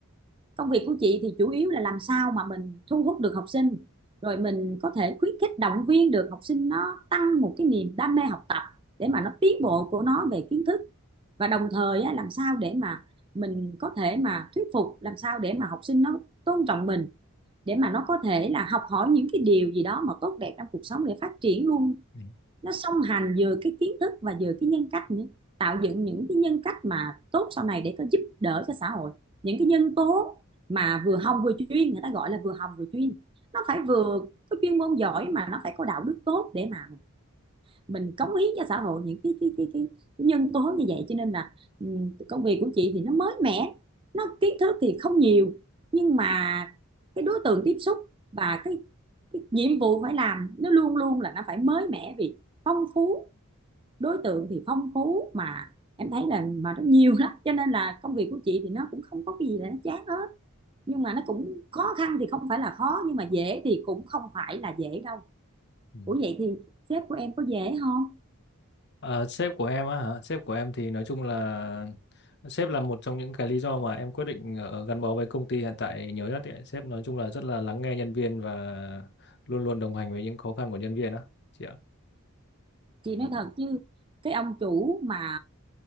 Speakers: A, on the right; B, on the left.
A: công việc của chị thì chủ yếu là làm sao mà mình thu hút được học sinh rồi mình có thể khuyến khích động viên được học sinh nó tăng một cái niềm đam mê học tập để mà nó tiến bộ của nó về kiến thức và đồng thời á, làm sao để mà mình có thể mà thuyết phục làm sao để mà học sinh nó tôn trọng mình để mà nó có thể là học hỏi những cái điều gì đó mà tốt đẹp trong cuộc sống để phát triển luôn
B: ừ,
A: nó song hành vừa cái kiến thức và vừa cái nhân cách nữa tạo dựng những cái nhân cách mà tốt sau này để có giúp đỡ cho xã hội những cái nhân tố mà vừa hồng vừa chuyên người ta gọi là vừa hồng vừa chuyên nó phải vừa có chuyên môn giỏi mà nó phải có đạo đức tốt để mà mình cống hiến cho xã hội những cái cái cái cái, cái nhân tố như vậy cho nên là ừ, công việc của chị thì nó mới mẻ nó kiến thức thì không nhiều nhưng mà cái đối tượng tiếp xúc và cái, cái nhiệm vụ phải làm nó luôn luôn là nó phải mới mẻ vì phong phú đối tượng thì phong phú mà em thấy là mà nó nhiều lắm cho nên là công việc của chị thì nó cũng không có cái gì là nó chán hết nhưng mà nó cũng khó khăn thì không phải là khó nhưng mà dễ thì cũng không phải là dễ đâu
B: ừ.
A: ủa vậy thì sếp của em có dễ không
B: À, sếp của em á hả? Sếp của em thì nói chung là sếp là một trong những cái lý do mà em quyết định ờ, gắn bó với công ty hiện tại nhiều nhất ấy. Sếp nói chung là rất là lắng nghe nhân viên và luôn luôn đồng hành với những khó khăn của nhân viên á chị ạ.
A: chị nói
B: Ừ.
A: thật chứ cái ông chủ mà